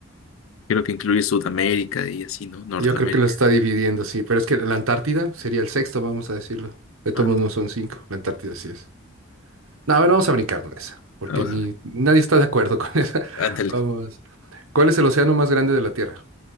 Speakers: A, on the left; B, on the right.
A: Creo que incluye Sudamérica y así, ¿no? Norteamérica.
B: yo creo que lo está dividiendo, sí. Pero es que la Antártida sería el sexto, vamos a decirlo. De todos
A: Ande,
B: modos no son cinco, la Antártida sí es. No, a ver, vamos a brincar de esa, porque
A: vamos
B: ni
A: a ver.
B: nadie está de acuerdo con esa.
A: Ándale,
B: <laughs> Vamos. ¿Cuál es el océano más grande de la Tierra?